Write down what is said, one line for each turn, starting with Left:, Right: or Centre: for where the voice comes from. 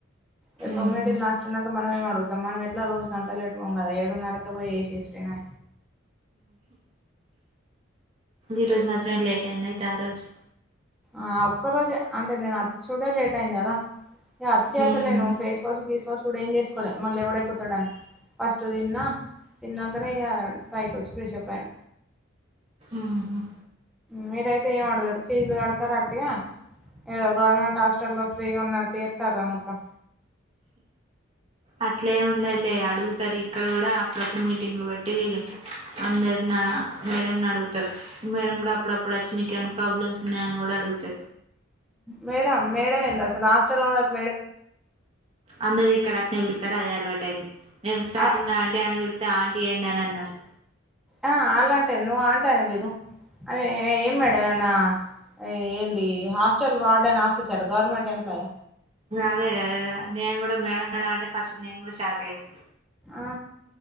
Centre: ఇగ తొమ్మిదింటికి
Right: మ్మ్
Centre: లాస్ట్ అనంకా మనం ఏం అడుగుతాం మనం ఎట్లా రోజు గంతా లేట్ పోము కదా ఏడున్నరకే పోయి ఏసేస్తిన
Right: ఈరోజు మాత్రమే లేట్ అయిందా అయితే ఆరోజు
Centre: ఆ ఒక్క రోజే అంటే నేను వచ్చుడే లేట్ అయింది కదా ఇగ అచ్చి
Right: మ్మ్
Centre: అసలు నేను ఫేస్ వాష్ గిస్ వాష్ కూడా ఏం చేసు కోలే మళ్ళీ ఎవడెక్కుతాడాని ఫస్ట్ తిన్న తిన్నాకనే ఇగ పైకొచ్చి ఫ్రెష్అప్ అయిన
Right: మ్మ్ఉహ్మ్
Centre: మీరైతే ఏం అడగరు ఫీజులు కడతారు అట్టిగ ఏదో గవర్నమెంట్ హాస్టల్లో ఫ్రీగా ఉన్న టితారే మొత్తం
Right: అట్లే ఉండదులే అడుగుతారు ఇక్కడ కూడా అప్పుడప్పుడు మీటింగ్లు పెట్టి అందరినా మేడంని అడుగుతారు మేడం కూడా అప్పుడప్పుడు వచ్చి మీకు ఏమైనా ప్రాబ్లమ్స్ ఉన్నాయ అని కూడా అ అంతే
Centre: మేడం మేడమేంది అసలు హాస్టల్లో ఉండే
Right: అందరు ఇక్కడ అట్నే పిలుస్తారు అదే అలవాటయింది నేను స్టార్టింగ్లో
Centre: ఆ
Right: ఆంటీ అని పిలిస్తే ఆంటీ ఏంది అని అన్నారు
Centre: ఆ అలాంటే ఎంది నువ్వు ఆంటీ అనే పిలు అమే ఏం మేడం ఏమన్నా ఏంది hostel warden officer government employee
Right: అదే కదా నేను కూడా మేడం మేడం అంటే ఫస్ట్ నేను కూడా షాక్ అయినా
Centre: ఆ